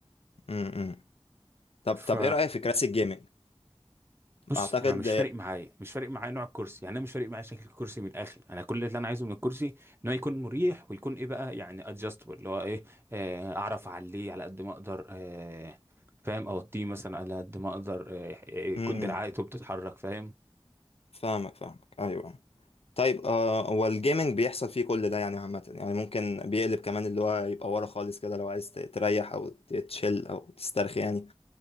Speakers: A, on the left (about 80°); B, on the right (about 25°).
A: امم طب
B: ف
A: طب ايه رأيك في كراسي الجيمنج
B: بص
A: اعتقد
B: انا مش فارق معايا مش فارق معايا نوع الكرسي يعني انا مش فارق معايا شكل الكرسي من الاخر انا كل اللي انا عايزه من الكرسي ان هو يكون مريح ويكون ايه بقى يعني ادجستبل اللي هو ايه آه اعرف اعليه على قد ما اقدر آه فاهم اوطيه مثلا على قد ما اقدر آه يكون
A: امم
B: دراعاته بتتحرك فاهم
A: فاهمك فاهمك ايوه طيب آه هو الجيمنج بيحصل فيه كل ده يعني عامة يعني ممكن بيقلب كمان اللي هو يبقى ورا خالص كده لو عايز ت- تريح او ت- تشيل او تسترخي يعني